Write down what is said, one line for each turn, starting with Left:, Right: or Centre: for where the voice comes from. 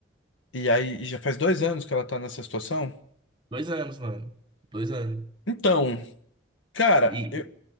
Left: E aí, e já faz dois anos que ela tá nessa situação?
Right: Dois anos, mano. Dois anos.
Left: Então, cara,
Right: E
Left: eu.